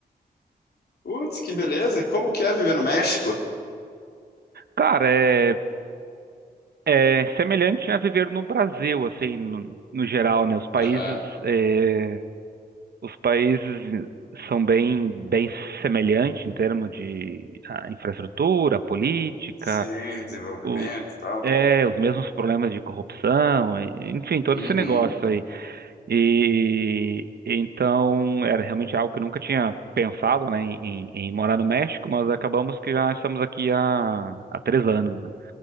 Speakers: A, on the left; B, on the right.
A: Putz, que beleza! E como que é viver no México?
B: Cara, é, é semelhante a viver no Brasil, assim, no, no geral, né? Os países,
A: Aham.
B: é, os países são bem, bem semelhantes em termos de ah, infraestrutura, política,
A: Sim, desenvolvimento
B: o,
A: e tal.
B: é, os mesmos problemas de corrupção, e- enfim, todo
A: Uhum.
B: esse negócio E então era realmente algo que eu nunca tinha pensado, né, em, em- em morar no México, mas acabamos que já estamos aqui há, há três anos. né.